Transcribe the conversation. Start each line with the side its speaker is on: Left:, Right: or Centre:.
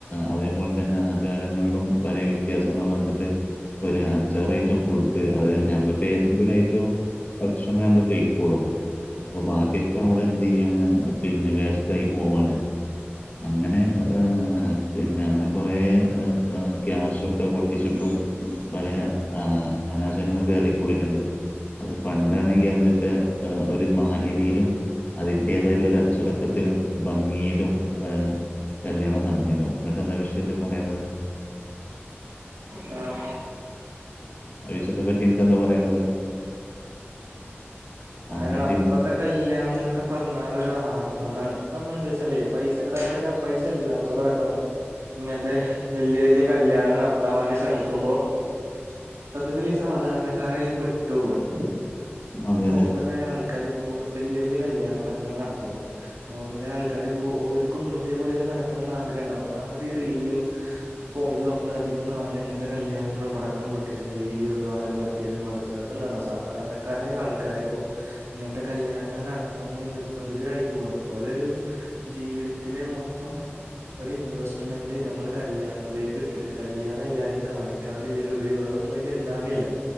Left: അതേപോലെതന്നെ ആചാരങ്ങളിലും പല വിത്യാസങ്ങൾ വന്നിട്ട് ഇപ്പൊ ഒരഞ്ചാറൈറ്റം ഫുഡ് അത് ഞമ്മളിപ്പോ ഏതെങ്കിലൊരു ഐറ്റം ഭക്ഷണം നമ്മള് കഴിക്കൊളളു
Right: ഉം,
Left: അപ്പൊ ബാക്കിയൊക്കെ എന്തയ്യാണ് പിന്നെ വേസ്റ്റായി പോവാണ്.
Right: ഉം, ഉം.
Left: അങ്ങനെഹ് ഏ പിന്നെങ്ങനെ കുറേ ക്യാശൊക്കെ പൊട്ടിച്ചിട്ടും പലേ
Right: മ്
Left: അനാചാരങ്ങൾ കേറിക്കൂടിയിട്ട്ണ്ട് അത് പണ്ടാണെങ്കി
Right: ആഹ്
Left: അതൊക്കെ ആഹ് ഒരു മാന്യതയിലും അതിൻ്റേതായിള്ളൊരു അച്ചടക്കത്തിലും ഭംഗിയിലും എ കല്യാണം നടനിന്നു ഇങ്ങട്ടെന്താ വിഷയത്തിൽ പറയാള്ളത്
Right: <inaudible> ആ.
Left: ആ വിശയെത്തെ പറ്റി നിങ്ങൾക്കെന്താ പറയാള്ളത്
Right: അയിനപ്പത്തെ
Left: അന്നത്തെ ഇന്നത്തെ
Right: കല്യാണന്നൊക്കേ പറഞ്ഞാലൊരു ആർഭാടാണ് ഇപ്പമ്മളെന്തേച്ചാലെ പൈസക്കാരൊക്കെ പൈസല്ലാതോലടക്കം ഇങ്ങൻത്തെ വെല്യ വെല്യ കല്യാണം നടത്താൻ വേണ്ടി ശ്രമിക്കുമ്പോ <inaudible> സത്യത്തില് ഈ സാധാരണക്കാരയില് പെട്ടോവാണ്.
Left: അതെ
Right: ഈ നോർമലായ
Left: അതെ
Right: ആൾക്കാരിപ്പോ വെല്യെ വെല്യെ കല്യാണങ്ങളൊക്കെങ്ങനെ നടത്തുമ്പോ നോർമലായ ആൾക്കാരിപ്പോ ഓര്ക്കും ഇതേപോലെയൊക്കെ നടത്തണംന്ന് ആഗ്രഹണ്ടാവും. ഒന്നാമതീ റീലിലും ഫോണിൽ നമ്മള് അധികംകാൻനേ ഇങ്ങനത്തെ കല്യാണങ്ങളും, പടക്കം പൊട്ടിച്ച ണ്ത്, വീഡിയോ, കാറ് മ മറ്റേത് മറിച്ചത് അപ്പ എന്താ സാധാരണക്കാരായ ആൾക് കാര്യപ്പോ ഇങ്ങൻത്തെ കല്യാണങ്ങള് നടത്താ വേണ്ടി നിർബന്ധിതരായി പോവാണ് ഓലൊരു ജീവിതത്തിലെ മൊത്തം ഒരു ഇൻവെസ്റ്റ്മെന്റ് നമ്മൾ കല്യാണത്തിലേക്ക് ഇട്ടിട്ട് കല്യാണം എല്ലാരിം കാണി കാണുന്നില്ലേല്ലുപരി വേറൊന്നും അതിന് ഇണ്ടാവുന്നില്ല,